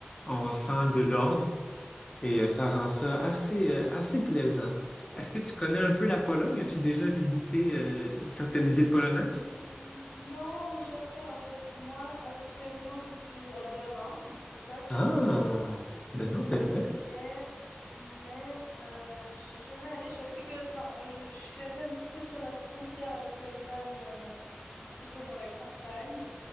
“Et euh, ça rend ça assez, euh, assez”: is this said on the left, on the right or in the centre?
Left